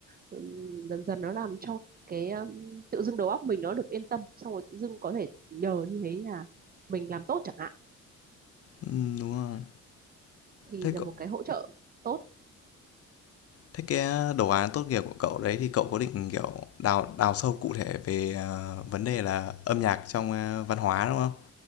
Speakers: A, on the right; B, on the left.
A: ừ, dần dần nó làm cho cái um, tự dưng đầu óc mình nó được yên tâm xong rồi tự dưng có thể nhờ như thế là mình làm tốt chẳng hạn
B: Ừm, đúng rồi.
A: thì
B: Thế
A: là
B: cậu
A: một cái hỗ trợ tốt
B: thế cái à, đồ án tốt nghiệp của cậu đấy thì cậu có định, kiểu, đào đào sâu cụ thể về, ờ, vấn đề là âm nhạc trong, a, văn hóa, đúng không?